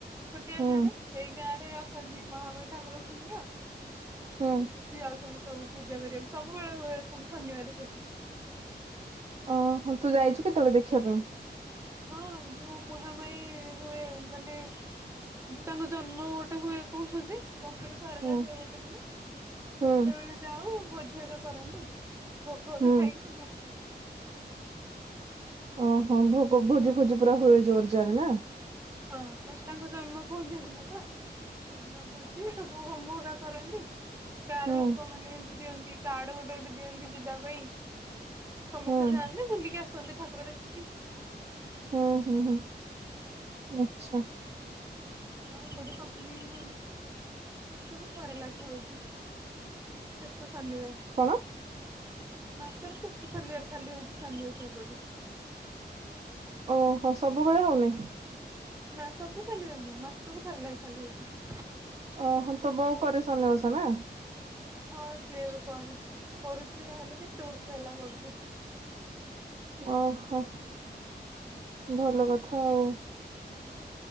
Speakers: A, on the right; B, on the right.
A: ଛୋଟିଆ
B: ହୁଁ
A: ଗାଁ ଟେ ସେଇ ଗାଁ ରେ ଅଛ ଅଛନ୍ତି ମହାମୟୀ ଠାକୁର ଅଛନ୍ତି ତ
B: ହୁଁ
A: ସେଠି ଯାଉଛନ୍ତି ସବୁ ପୂଜା କରିବାକୁ ସବୁ ସବୁବେଳେ ହୁଏ ସବୁ ଶନିବାରେ ସେଠି।
B: ଓ ହଁ ତୁ ଯାଇଛୁ କେତେବେଳେ ଦେଖିବା ପାଇଁ?
A: ହଁ ଯୋଉ ମହାମାୟି ହୁଏ ମାନେ ଯେ ତାଙ୍କ ଜନ୍ମ ଗୋଟେ ହୁଏ କହୁଛନ୍ତି। ପଖେରୁ ପାରା
B: ହୁଁ।
A: ଲାଖେ ଗୋଟେ ଦିନି। ସେତେବେଳେ
B: ହୁଁ
A: ଯାଉ ଭୋଜିଆକା କରନ୍ତି ଭୋଗକା
B: ହୁଁ
A: ଖାଇକି ସବୁ ଆସୁ।
B: ଓହୋ ଭୋଗ ଭୋଜି ଫୋଜି ପୁରା ହୁଏ ଜୋର ଜାରେ ନାଁ?
A: ହଁ ମାସ ତାଙ୍କ ଜନ୍ମ କୁହନ୍ତି ସେ ଦିନ ତ ସେଦିନ ଭୋଜି ସବୁ। ଆଉ ହୋମ ହଗା କରନ୍ତି। ଗାଁ
B: ହୁଁ।
A: ର ଲୋକ ମାନେ ଏମତି ଦିଅନ୍ତି କାର୍ଡ ଗୋଟେ ଗୋଟେ ଦିଅନ୍ତି ଯିବା ପାଇଁ। ସମସ୍ତେ
B: ହୁଁ
A: ଯାଆନ୍ତି ବୁଲିକି ଆସନ୍ତି ଠାକୁର ଦେଖିକି।
B: ହୁଁ ହୁଁ ହୁଁ ଆଚ୍ଛା।
A: ଆଉ <unintelligible> ସବୁ ଥରେ ଲାଖେ ହଉଚି ଶେଷ ସନିବାର।
B: କଣ?
A: ମାସର ଶେଷ ଶନିବାର ଖାଲି ହଉଚି ସନିି ଓଷା ପଡେ।
B: ଓହୋ ସବୁବେଳେ ହଉନି?
A: ନାଁ ସବୁ ଶନିବାରେ ନୁହଁ ମାସକୁ ଥରେ ଲାଖେ ଖାଲି ହଉଛି।
B: ଓହୋ ତୋ ବୋଉ କରେ ସନିଓଷା ନାଁ?
A: ହଁ ସିଏ ବି କରେ କରୁଛି ଯାହେଲେ କେତେ ବର୍ଷ ହେଲା କରୁଛି।
B: ଓହୋ ଭଲ କଥା ଆଉ।